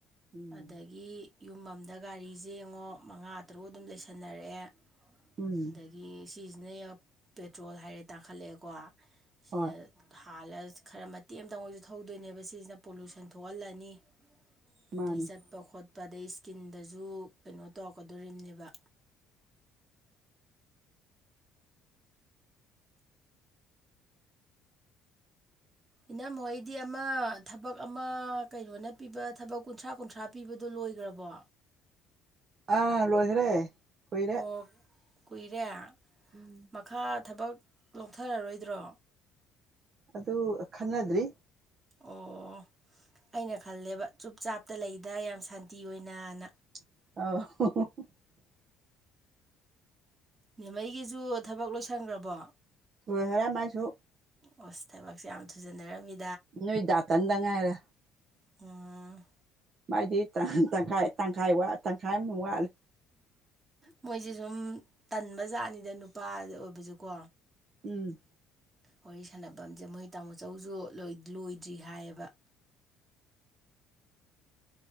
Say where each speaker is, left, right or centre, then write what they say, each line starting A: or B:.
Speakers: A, on the right; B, on the right.
A: ꯎꯝ
B: ꯑꯗꯒꯤ ꯌꯨꯝ ꯑꯃꯗ ꯒꯥꯔꯤꯁꯦ ꯌꯦꯡꯉꯣ ꯃꯉꯥ ꯇꯔꯨꯛ ꯑꯗꯨꯝ ꯂꯩꯁꯟꯅꯔꯛꯑꯦ
A: ꯎꯝ
B: ꯑꯗꯒꯤ ꯁꯤꯁꯤꯅ ꯄꯦꯇ꯭ꯔꯣꯜ ꯍꯥꯏꯔꯦ ꯇꯥꯡꯈꯠꯂꯛꯑꯦꯀꯣ ꯁꯤꯅ
A: ꯍꯣꯏ
B: ꯍꯂ ꯈꯔ ꯃꯇꯦꯛ ꯑꯃꯇꯪ ꯑꯣꯏꯁꯨ ꯊꯧꯗꯣꯏꯅꯦꯕ ꯁꯤꯁꯤꯅ ꯄꯣꯂꯨꯁꯟ ꯊꯣꯛꯍꯜꯂꯅꯤ
A: ꯃꯥꯅꯤ
B: ꯑꯗꯩ ꯆꯠ ꯈꯣꯠꯄ ꯑꯗꯩ ꯏꯁꯀꯤꯟꯗꯁꯨ ꯀꯩꯅꯣ ꯇꯧꯔꯛꯀꯗꯣꯝꯅꯦꯕ ꯏꯅꯝ ꯍꯣꯏꯗꯤꯃ ꯊꯕꯛ ꯑꯃ ꯀꯩꯅꯣꯅ ꯄꯤꯕ ꯊꯕꯛ ꯀꯨꯟꯊ꯭ꯔꯥ ꯀꯨꯟꯊ꯭ꯔꯥ ꯄꯤꯕꯗꯣ ꯂꯣꯏꯈ꯭ꯔꯕꯣ
A: ꯑꯥ ꯂꯣꯏꯈ꯭ꯔꯦ ꯀꯨꯏꯔꯦ
B: ꯑꯣ ꯀꯨꯏꯔꯦ
A: ꯎꯝ
B: ꯃꯈꯥ ꯊꯕꯛ ꯂꯧꯊꯔꯔꯣꯏꯗ꯭ꯔꯣ
A: ꯑꯗꯨ ꯈꯟꯅꯗ꯭ꯔꯤ
B: ꯑꯣ ꯑꯩꯅ ꯈꯜꯂꯦꯕ ꯆꯨꯞ ꯆꯥꯞꯇ ꯂꯩꯗ ꯌꯥꯝ ꯁꯥꯟꯇꯤ ꯑꯣꯏꯅꯅ
A: ꯑ
B: ꯅꯦꯝꯃꯩꯒꯤꯁꯨ ꯊꯕꯛ ꯂꯣꯏꯁꯟꯈ꯭ꯔꯕꯣ
A: ꯣꯏ ꯍꯔꯦ ꯃꯥꯏꯁꯨ
B: ꯑꯣꯁ ꯊꯕꯛꯁꯦ ꯌꯥꯝ ꯊꯨꯖꯟꯅꯔꯝꯃꯤ
A: ꯣꯏ ꯗꯥꯇꯅꯗꯉ ꯍꯥꯏꯔ
B: ꯑ
A: ꯃꯥꯏꯗꯤ ꯇꯪꯈꯥꯏ ꯇꯪꯈꯥꯏꯠ ꯇꯪꯈꯥꯏ ꯑꯃꯨꯛ ꯋꯥꯠꯂꯦ
B: ꯃꯣꯏꯁꯦ ꯁꯨꯝ ꯇꯟꯕꯖꯥꯠꯅꯤꯗ ꯅꯨꯄꯥ ꯑꯣꯏꯕꯁꯨꯀꯣ
A: ꯎꯝ
B: ꯋꯥꯔꯤ ꯁꯥꯟꯅꯐꯝꯁꯦ ꯃꯣꯏ ꯇꯥꯃꯣꯆꯧꯁꯨ ꯂꯣꯏꯗ꯭ꯔꯤ ꯍꯥꯏꯌꯦꯕ